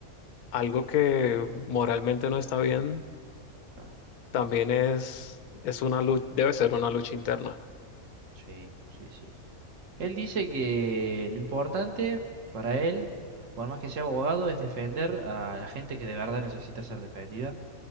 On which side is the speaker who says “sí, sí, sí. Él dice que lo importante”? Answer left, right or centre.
Right